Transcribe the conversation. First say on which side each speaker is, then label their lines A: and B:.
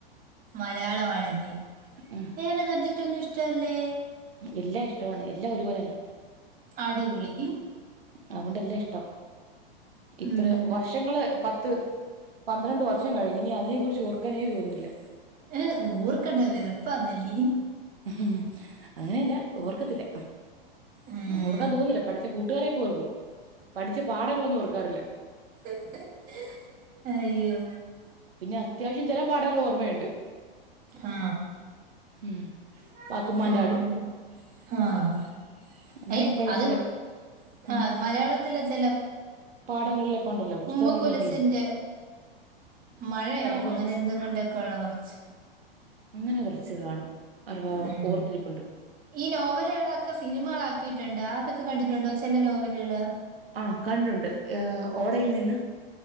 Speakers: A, on the right; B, on the right.
A: മലയാളമാണല്ലേ
B: ഉം
A: വേറെ സബ്ജക്റ്റ് ഒന്നും ഇഷ്ടല്ലേ.
B: എല്ലാം ഇഷ്ടമാണ് എല്ലാം ഒരുപോലെ തന്നെ.
A: അടിപൊളി
B: അതുകൊണ്ടല്ലാം ഇഷ്ട ഇത്ര
A: ഉം.
B: വർ വർഷങ്ങള് പത്ത് പന്ത്രണ്ട് വർഷം കഴിഞ്ഞ് ഇനി അതിനെക്കുറിച്ച് ഓർക്കാനേ തോന്നുന്നില്ല.
A: ഏ ഓർക്കണ്ട വെറപ്പാന്നല്ലീ.
B: ഹും അങ്ങനെയല്ല ഓർക്കത്തില്ല.
A: ഉം
B: ഓർക്കാൻ തോന്നുന്നില്ല പഠിച്ച കൂട്ടുകാരെയൊക്കെ ഓർക്കും പഠിച്ച പാഠങ്ങളൊന്നും ഓർക്കാറില്ല.
A: <unintelligible> അയ്യോ.
B: പിന്നെ അത്യാവശ്യം ചില പാഠങ്ങൾ ഓർമ്മയുണ്ട്.
A: ആ
B: ഉം
A: ഹ്
B: പാത്തുമ്മാന്റെ
A: പിന്നെ
B: ആട്
A: ആഹ്.
B: അങ്ങനെയൊക്കെയുള്ള
A: അയ് അത്
B: ചില ഉം
A: ആ മലയാളത്തില ചില
B: പാഠങ്ങളിലൊക്കെ ഉണ്ടല്ലോ പുസ്തകങ്ങളില്
A: ഉമ്മക്കുലസിന്റെ
B: ഉണ്ടല്ലോ.
A: മഴയോ
B: കുറച്ച്
A: അങ്ങനെ എന്തെങ്ങും ഉണ്ടൊക്കെയ ഉള്ള കുറച്ച്.
B: അങ്ങനെ കുറച്ച് കാണും ആ ഒരു ഭാഗം
A: ഉം
B: ഓർത്തിരിപ്പുണ്ട്.
A: ഈ നോവലുകളൊക്കെ സിനിമകളാക്കിയിട്ടുണ്ട് അതൊക്കെ കണ്ടിട്ടുണ്ടോ ചെല നോവലുകള്.
B: ആഹ് കണ്ടുണ്ട് എഹ് ഓടയിൽ നിന്ന്.